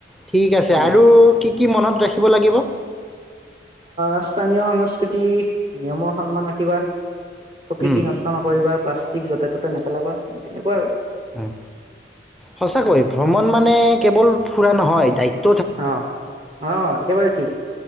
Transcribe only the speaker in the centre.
ঠিক আছে
আৰু কি, কি মনত ৰাখিব লাগিব?
উম,
হুম সঁচাকৈ ভ্ৰমণ মানে কেৱল ফুৰা নহয় দায়িত